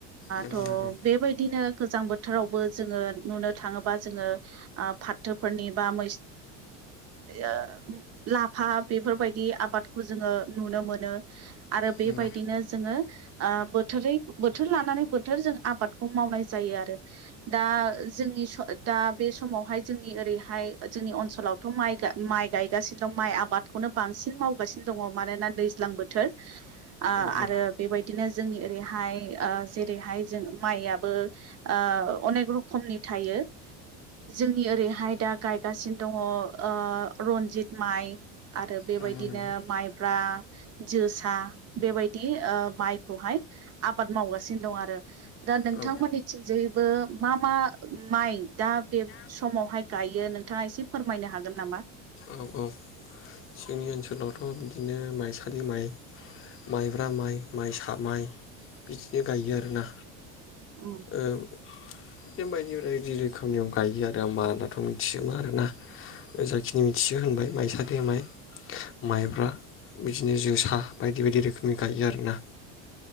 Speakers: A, on the left; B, on the right.
A: नंगौ
B: थ'
A: नंगौ
B: बेबायदिनो गोजां बोथोराव वबो जोङो नुनो थाङोबा जोङो ओ फाथोफोरनि बा मै ओ लाफा बेफोरबायदि आबादखौ जोङो नुनो मोनो आरो बे
A: नंगौ
B: बेबायदिनो जोङो ओ बोथोरै बोथोर लानानै बोथोर जों आबादखौ मावनाय जायो आरो। दा जोंनि स दा बे समावहाय जोंनि ओरैहाय जोंनि ओनसोलावथ' माइ गा माइ गायगासिनो दं माइ आबादखौनो बांसिन मावगासिनो दङ मानोना दैज्लां बोथोर आरो
A: औ औ।
B: बेबायदिनो जोंनि ओरैहाय जेरैहाय जों माइयाबो ओ ओ अनेख रोखोयनि थायो जोंनि नि ओरैहाय दा गायगासिनो दङ ओ रनजित माइ आरो बेबायदिनो
A: नंगौ नंगौ
B: माइब्रा जोसा बेबायदि ओ माइखौहाय आबाद मावगासिनो दं आरो। दा नोंथांमोननिथिंजायैबो
A: औ
B: मा मा माइ दा बे
A: औ।
B: समावहाय गायो नोंथाङा एसे फोरमायनो हागोन नामा?
A: औ औ जोंनि ओनसोलावथ' बिदिनो माइसालि माइ माइब्रा माइ माइसा माइ बिदिनो गायो आरोना।
B: उम
A: एओ बिदिनो बायदि बायदि रोखोमनियाव गायो आरो आ मा दाथ' मिथियोमा आरोना जाय खिनि मिथियो होनबाय माइसालि माय। माइब्रा बिदिनो जोसा बायदि बायदि रोखोमनि गायो आरोना।